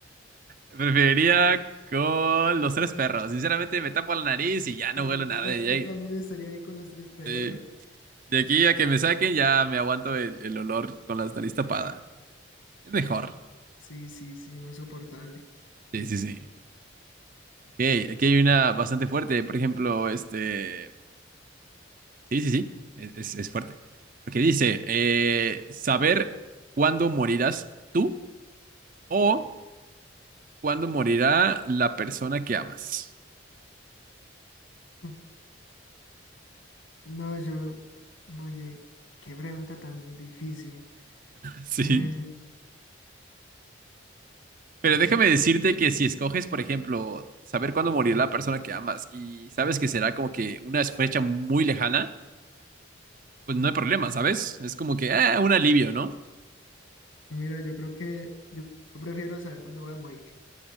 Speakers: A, on the right (about 45°); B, on the left (about 85°).
A: Preferiría con los tres perros. Sinceramente, me tapo la nariz y ya no
B: Sí,
A: huelo nada.
B: yo, ta-
A: y ahí-
B: yo también estaría ahí con los tres perros.
A: Sí. De aquí a que me saquen, ya me aguanto el, el olor con la nariz tapada.
B: Sí,
A: Es mejor.
B: sí, sí, sí, más soportable.
A: Sí, sí, sí. Ok, aquí hay una bastante fuerte. Por ejemplo, este. Sí, sí, sí. Es, es- es fuerte. Porque dice: eh, saber cuándo morirás tú o cuándo morirá la persona que amas.
B: <laughs> Mm. No, yo, oye, qué pregunta tan difícil.
A: <laughs>
B: Eh,
A: Sí. Pero déjame decirte
B: <laughs>
A: que si escoges, por ejemplo, saber cuándo morirá la persona que amas y sabes que será como que una fecha muy lejana. pues no hay problema, ¿sabes? Es como que, ah, un alivio, ¿no?
B: mira, yo creo que yo, yo prefiero saber cuándo voy a morir.